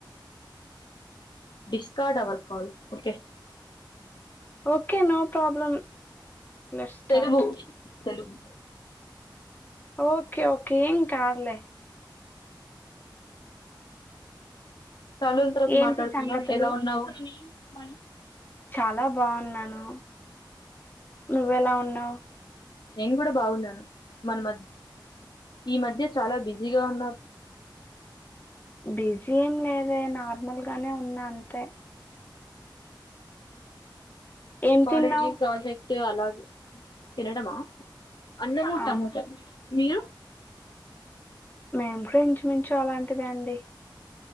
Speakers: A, on the left; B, on the left.
A: Discord our call okay
B: okay no problem let's start
A: Telugu Telugu
B: okay okay ఏం కాదులే
A: చాల రోజులు తర్వాత
B: ఏంటి
A: మాట్లాడుతున్నాం
B: సంగతులు
A: ఎలా ఉన్నావు మన
B: చాలా బాగున్నాను నువ్వెలా ఉన్నావు
A: నేను కూడా బాగున్నాను మన మద్ ఈ మధ్య చాలా బిజీగా ఉన్నారు
B: బిజీ ఏం లేదే నార్మల్ గానే ఉన్నా అంతే ఏం
A: కాలేజీస్
B: తిన్నావు
A: ప్రాజెక్ టే అలాగే తినడమా అన్నమూ
B: ఆ
A: టమోటాలు మీరు
B: మేము కూడా ఇంచుమించు అలాంటిదే అండి